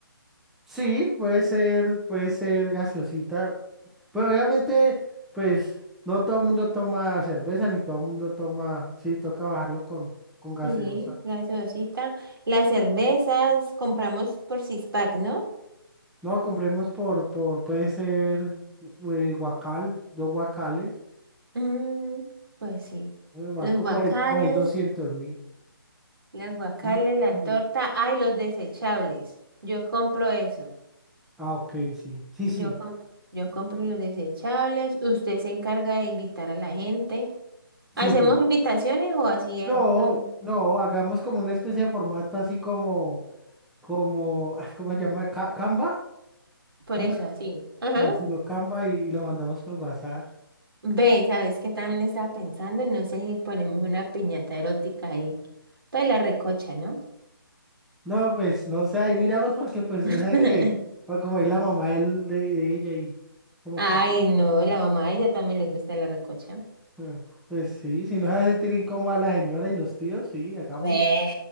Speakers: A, in the centre; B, on the right.
A: Sí, puede ser, puede ser gaseosita, pero obviamente, pues, no todo el mundo toma cerveza, ni todo el mundo toma, sí, toca bajarlo con, con gaseosa.
B: Sí, gaseosita. Las cervezas compramos por six pack, ¿no?
A: No, compremos por, por puede ser eh, guacal, dos guacales.
B: Mm, pues sí.
A: eh, Banco
B: Los guacales.
A: por ahí, por ahí doscientos mil.
B: Las guacales,
A: <clears throat>
B: la torta,
A: <laughs>
B: ay, los desechables. Yo compro eso.
A: Ah, ok, sí, sí,
B: Yo
A: sí,
B: compro, yo compro los desechables. Usted se encarga de invitar a la gente.
A: sí,
B: ¿Hacemos
A: sí.
B: invitaciones o así? eh,
A: No,
B: No,
A: no, hagamos como una especie de formato así como, como, <laughs> ay, ¿cómo se llama? Ca- ¿Canva?
B: por
A: Canva,
B: eso, así. Ajá.
A: Como si lo Canva y, y lo mandamos por WhatsApp.
B: Ve, ¿sabes qué también estaba pensando? No sé si ponemos una piñata erótica ahí. Pues la recocha, ¿no?
A: No, pues, no sé, ahí miramos porque pues, usted
B: <laughs>
A: que, pues, como ahí la mamá de, él- de de ella y como
B: Ay,
A: complicado.
B: no, la mamá a ella también le gusta la recocha.
A: Eh, Pues sí, si nos hace sentir incómoda a la señora y los tíos, sí, hagámoslo.
B: Ve.